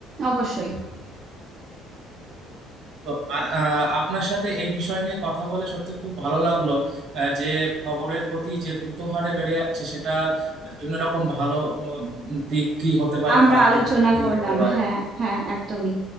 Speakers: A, on the right; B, on the right.
A: অবশ্যই
B: তো আর আহ, আপনার সাথে এই বিষয় নিয়ে কথা বলে সত্যি খুব ভালো লাগলো আহ, যে খবরের গতি যে দ্রুত হারে বেড়ে যাচ্ছে সেটার বিভিন্ন রকম ভালো উম, দিক কি হতে পারে
A: আমরা
B: খারাপ
A: আলোচনা
B: দিক কি
A: করলাম
B: হতে পারে
A: হ্যাঁ হ্যাঁ একদমই